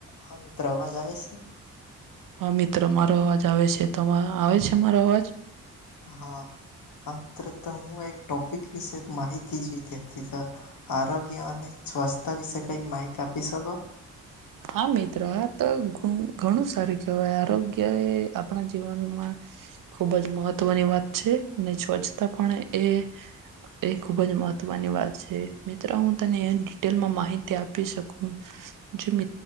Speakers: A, on the left (about 60°); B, on the right (about 55°).
A: હા મિત્રો અવાજ આવે છે
B: હા મિત્રો મારો અવાજ આવે છે તો આવે છે મારો અવાજ
A: હા હ મિત્રો તો હું એક ટોપિક વિશે માહિતી જીધી હતી તો આરોગ્ય અને સ્વસ્થતા વિશે કઈ માહિતી આપી શકો
B: હા મિત્રો આ તો ઘણું સારું કહેવાય આરોગ્ય એ આપણા જીવનમાં ખુબ જ મહત્વની વાત છે સ્વચ્છતા પણ એ એ ખૂબ જ મહત્વની વાત છે મિત્રો હું તને ડિટેલમાં માહિતી આપી શકું મ